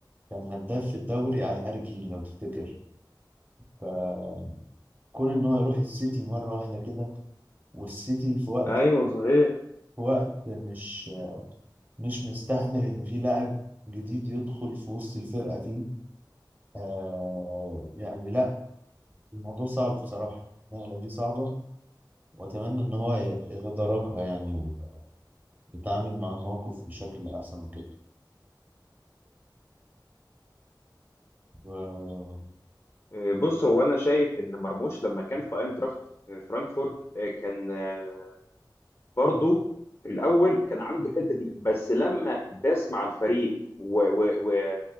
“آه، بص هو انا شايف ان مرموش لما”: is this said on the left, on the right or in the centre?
Left